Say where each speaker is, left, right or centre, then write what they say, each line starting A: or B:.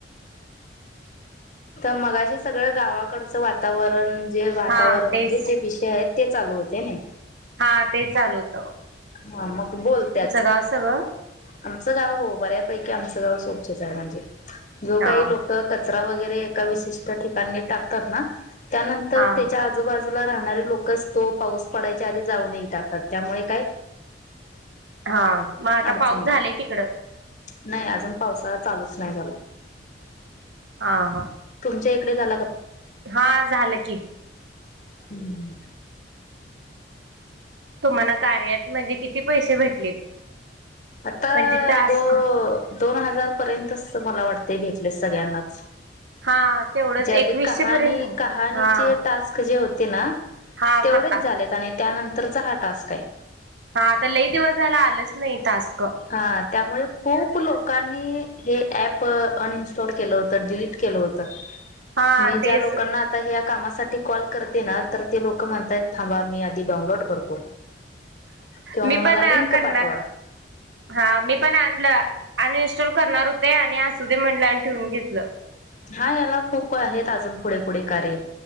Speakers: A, on the left; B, on the right.
A: तर मग असे सगळं गावाकडचं वातावरण जे वातावरण
B: हा तेच
A: म्हणजे जे विषय आहेत. ते चालू होते ना.
B: हा, ते चालू होत.
A: हा मग बोलतच
B: गाव सगळं
A: आमचं गाव हो बऱ्यापैकी आमच गावोच आहे म्हणजे जो काही
B: हा
A: लोक वरे ए वि ठिकाणी टाकतात त्यानंतर
B: हा.
A: त्याच्या आजू जू राहणारे लोकच तो पाऊस पडायच्या आधी जाऊन टाकत त्यामुळे काय
B: हा मग आता
A: अडचण
B: पाऊस
A: नाही
B: झालाय तिकडं
A: नाही अजून पावसा चालूच नाही झाला
B: हा हा
A: कडे झा
B: हा झालं की
A: हम्म
B: तुम्हाला कार्यात म्हणजे किती पैसे भेटलेत
A: आता
B: म्हणजे टास्क
A: दो दोन हजार पर्यंत मला वाटत ते भेटले सगळ्यांनाच
B: हा तेवढंच
A: जे
B: एकवीसशे
A: आधी कहाणी
B: पर्यंत
A: कहाणीचे
B: हा
A: टास्क जे होते ना
B: हा
A: तेवढेच
B: कता
A: झालेत आणि त्यानंतरचा हा टास्क आहे
B: हा आता लई दिवस झायला आलंच नाही तास
A: हा त्यामुळे खूप लोकांनी हे ऍप अनइन्स्टॉल केलं होतं डिलीट केलं होतं
B: हा
A: मी
B: तेच
A: ज्या लोकांना आता हे कामासाठी कॉल करते ना तर ते लोक म्हणतायत थांबा मी आधी डाउनलोड करतो किंवा
B: मी
A: मग
B: पण
A: मला लिंक
B: करणार
A: पाठवा
B: हा मी पण आणलं अनइनस्टॉल करणार होते आणि असू दे म्हणलं आणि ठेवून घेतलं
A: हा याला खूप आहेत अजून पुढे पुढे कार्य